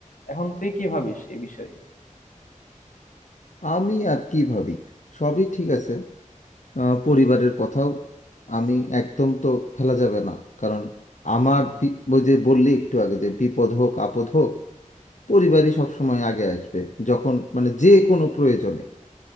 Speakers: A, on the left; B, on the left.
A: এখন তুই কি ভাবিস এই বিষয়ে
B: আমি আর কি ভাবি সবই ঠিক আছে আহ, পরিবারের কথাও আমি একদম তো ফেলা যাবে না কারণ আমার বি- ওই যে বললি একটু আগে যে বিপদ হোক আপদ হোক পরিবারই সব সময় আগে আসবে যখন মানে যে কোনো প্রয়োজনে